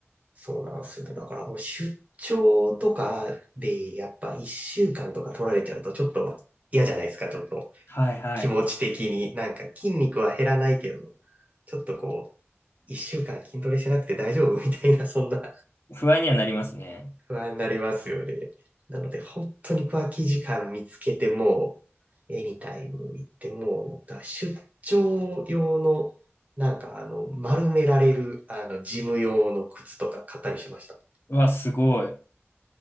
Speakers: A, on the right; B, on the left.
A: そうなんですよ。だからもう、出張とかで、やっぱ一週間とか取られちゃうと、ちょっと嫌じゃないですか、ちょっと。
B: はいはい。
A: 気持ち的に。なんか、筋肉は減らないけど、ちょっとこう、一週間筋トレしなくて大丈夫みたいな、そんな
B: 不安にはなりますね。
A: 不安になりますよね。なので、本当に空き時間見つけて、もう、エニタイム行って、もう、だから出張用の、なんか、あの、丸められる、あの、ジム用の靴とか買ったりしました。
B: うわ、すごい。